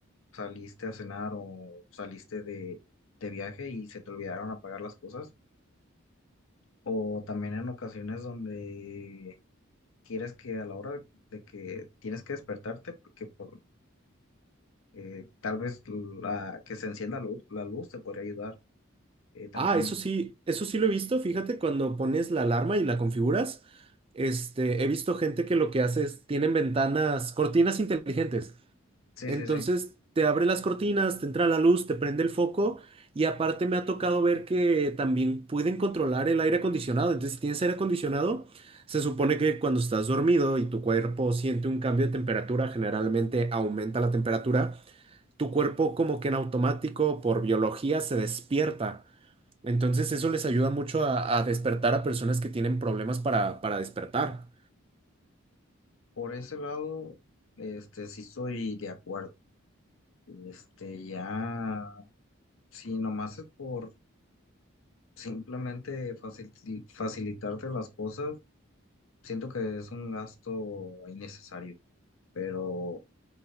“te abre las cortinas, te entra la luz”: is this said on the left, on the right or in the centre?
Right